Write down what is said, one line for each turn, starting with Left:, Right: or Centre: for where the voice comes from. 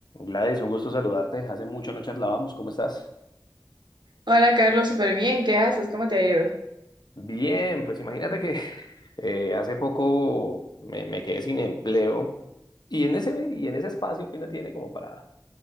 Left: Gladys, un gusto saludarte. Hace mucho no charlábamos. ¿Cómo estás?
Right: Hola Carlos, súper bien, ¿qué haces? ¿Cómo te ha ido?
Left: Bien, pues imagínate que eh, hace poco me, me quedé sin empleo y en ese, y en ese espacio que uno tiene como para